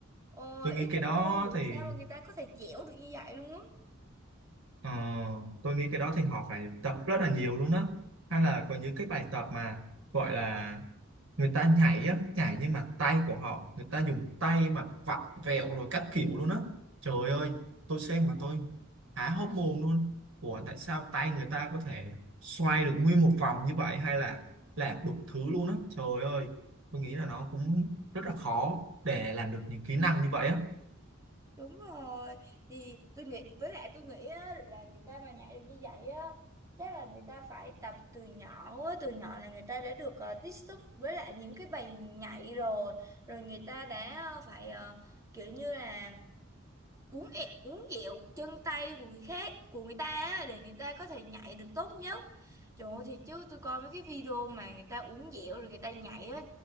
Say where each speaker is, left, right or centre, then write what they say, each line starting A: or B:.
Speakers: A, on the right (about 15°); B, on the right (about 75°).
A: Ồ,
B: tôi
A: ý
B: nghĩ cái
A: là
B: đó
A: tôi không hiểu
B: thì
A: sao mà người ta có thể dẻo được như vậy luôn á.
B: Ờ, tôi nghĩ cái đó thì họ phải tập rất là nhiều luôn đó hay là có những cái bài tập mà gọi là người ta nhảy á nhảy nhưng mà tay của họ người ta dùng tay mà vặn vẹo rồi các kiểu luôn á trời ơi tôi xem mà tôi há hốc mồm luôn ủa tại sao tay người ta có thể xoay được nguyên một vòng như vậy hay là làm đủ thứ luôn á trời ơi tôi nghĩ là nó cũng rất là khó để làm được những kỹ năng như vậy á
A: Đúng rồi thì tôi nghĩ với lại tôi nghĩ á, là người ta mà nhảy được như vậy á chắc là người ta phải tập từ nhỏ quá từ nhỏ là người ta đã được ờ, tiếp xúc với lại những cái bài nhảy rồi rồi người ta đã ờ, phải ờ, kiểu như là uống ẹ- uống dẹo chân tay của người khác của người ta á, để người ta có thể nhảy được tốt nhất trời ơi thì chứ tôi coi mấy cái video mà người ta uống dẹo rồi người ta nhảy á